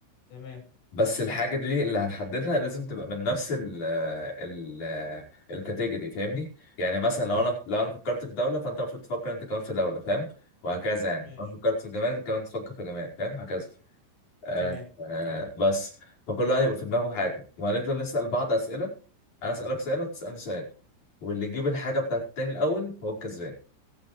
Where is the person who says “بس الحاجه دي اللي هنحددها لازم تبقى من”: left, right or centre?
Left